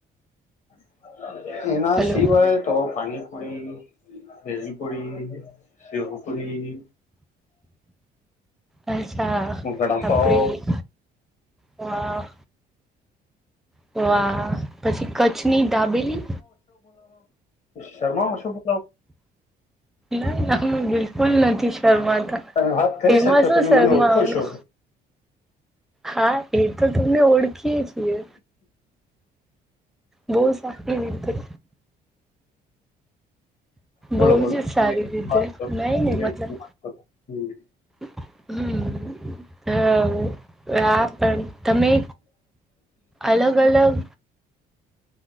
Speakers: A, on the left; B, in the centre.
A: <unintelligible> એના
B: હલો
A: સિવાય તો પાની પુરી, દહીપુરી, સેવપુરી
B: આહે. હા,
A: વડાપાવ
B: આપડી વાહ! તો વા પછી કચ્છની દાબેલી
A: શરમાઓ છો બો
B: લાઈન રાખીલો બિલકુલ નથી સ શર્માતા.
A: તમે વાત કરી
B: એમાં
A: શકતા
B: શું
A: તમે
B: શર્માવાનું?
A: મને ઓળખો છો
B: હા, એ તો તમને ઓળખીએ છીએ. બહુ સારી રીતે.
A: બોલો
B: બહુ
A: બોલો
B: જ સારી રીતે
A: વાત કરો
B: નઈ નહીં મતલબ.
A: વાત કરો હમ
B: હું, હમ, હા. પણ તમે અલગ અલગ